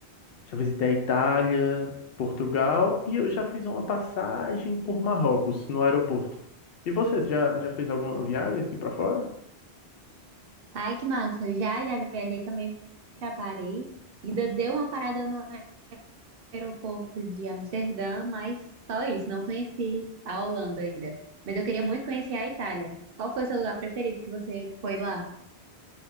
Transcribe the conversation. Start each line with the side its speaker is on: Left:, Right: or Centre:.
Left: Já visitei a Itália, Portugal e eu já fiz uma passagem por Marrocos no aeroporto. E você já, já fez alguma viagem assim para fora?
Right: Ai, que massa! Já, já viajei também para Paris. Ainda dei uma parada no aeroporto de Amsterdã, mas só isso, não conheci a Holanda ainda. Mas eu queria muito conhecer a Itália. Qual foi o seu lugar preferido que você foi lá?